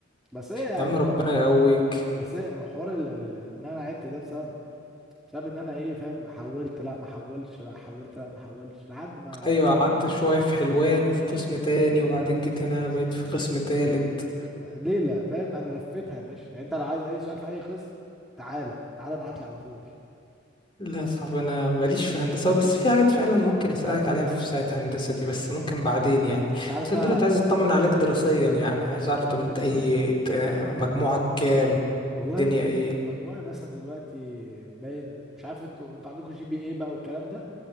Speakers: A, in the centre; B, on the left (about 25°).
A: بس ايه يعني
B: يا عم ربنا يقويك
A: بس ايه حوار ال- ال- ان انا عدت ده بسبب بسبب ان انا ايه فاهم حولت لا ما حولتش لا حولت لا ما حولتش لحد ما
B: ايوه قعدت شوية في حلوان وفي قسم تاني وبعدين جيت هنا بقيت في قسم تالت
A: ليله فاهم انا لفيتها يا باشا يعني انت لو عايز اي سؤال في اي قسم تعالى تعالى ابعت لي على طول
B: لا صعب انا ماليش في هندسة بس في حاجات فعلا ممكن اسألك عليها في ساعة هندسة دي بس ممكن بعدين يعني
A: انت عارف
B: بس
A: بقى
B: دلوقتي عايز اطمن عليك دراسيا يعني عايز اعرف طب انت ايه إنت مجموعك كام
A: والله
B: الدنيا ايه
A: مجموعي مثلا دلوقتي باين مش عارف انتوا انتوا عندكم جي بي ايه بقى والكلام ده